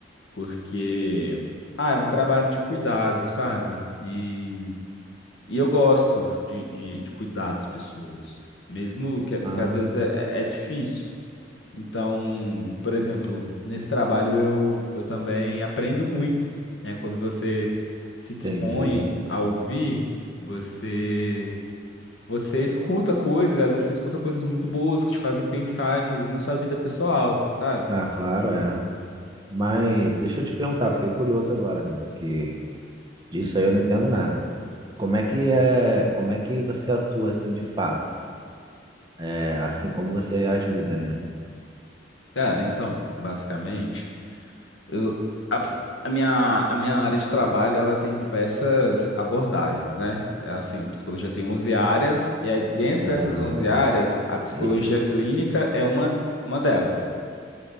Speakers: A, on the left (about 80°); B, on the right (about 25°).
A: porque ah, é um trabalho de cuidado, sabe? E, e eu gosto de, de, de cuidar das pessoas, mesmo que, que às
B: ah,
A: vezes é, é é difícil. Então, por exemplo, nesse trabalho eu, eu também aprendo muito, né? Quando você se dispõe
B: entendi.
A: a ouvir, você você escuta coisas, às vezes você escuta coisas muito boas que te fazem pensar, inclusive na sua vida pessoal, sabe?
B: Ah, claro, é. Mas deixa eu te perguntar, fiquei curioso agora, né? Que disso aí eu não entendo nada. Como é que é, como é que você atua assim de fato? É, assim como você ajuda, né?
A: Cara, então, basicamente. Eu, a, a minha, a minha área de trabalho, ela tem diversas abordagens, né? É assim, a psicologia tem 11 áreas, e aí dentro dessas
B: Ah,
A: 11 áreas, a psicologia
B: eita.
A: clínica é uma, uma delas.